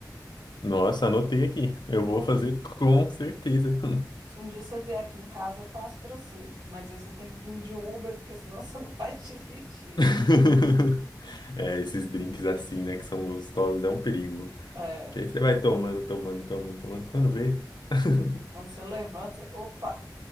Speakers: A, on the left; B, on the right.
A: Nossa, anotei aqui. Eu
B: É,
A: vou fazer com certeza. <laughs>
B: se um dia você vier aqui em casa, eu faço para você. Mas aí você tem que vir de Uber, porque senão <laughs> você não vai dirigir.
A: <laughs> É, esses drinks assim, né, que são gostosos, é um perigo.
B: É,
A: Que aí você vai tomando, tomando, tomando, tomando, quando vê. <laughs>
B: quando você levanta, você- opa!